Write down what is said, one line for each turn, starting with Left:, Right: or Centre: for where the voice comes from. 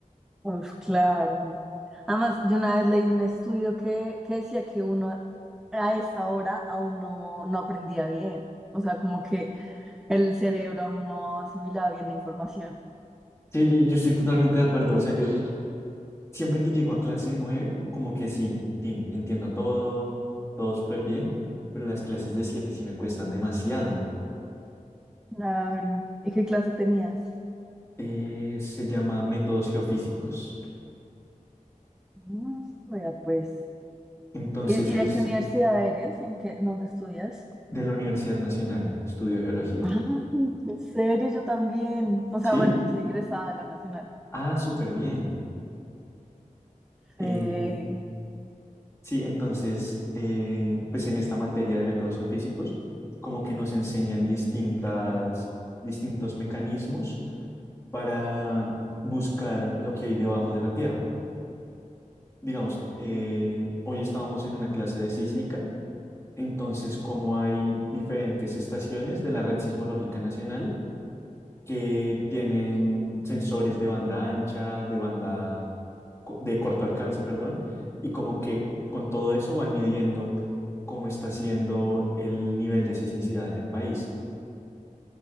Centre: Pues claro. Además, yo una vez leí un estudio que, que decía que uno a a esa hora aún no, no aprendía bien. O sea, como que el cerebro aún no asimilaba bien la información.
Left: Sí, yo, yo estoy totalmente de acuerdo, o sea, yo siempre que llego a clase de 9 como que sí, Tim, entiendo todo, todo súper bien, pero las clases de siete sí me cuestan demasiado.
Centre: Claro. ¿Y qué clase tenías?
Left: Eh, se llama métodos geofísicos,
Centre: Mm, Mira, pues.
Left: entonces
Centre: ¿Y,
Left: es
Centre: y de qué universidad eres? ¿En qué, dónde estudias?
Left: de la Universidad Nacional, estudio geología.
Centre: Ay, en serio, yo también. O
Left: ¿Sí?
Centre: sea, bueno, yo soy egresada de la Nacional.
Left: Ah, súper bien. Eh,
Centre: Sí.
Left: sí, entonces, eh, pues en esta materia de métodos geofísicos, como que nos enseñan distintas, distintos mecanismos para buscar lo que hay debajo de la Tierra. Digamos, eh, hoy estábamos en una clase de sísmica, entonces como hay diferentes estaciones de la Red Sismológica Nacional que tienen sensores de banda ancha, de banda co- de corto alcance, perdón, y como que con todo eso van midiendo cómo está siendo el nivel de sismicidad en el país.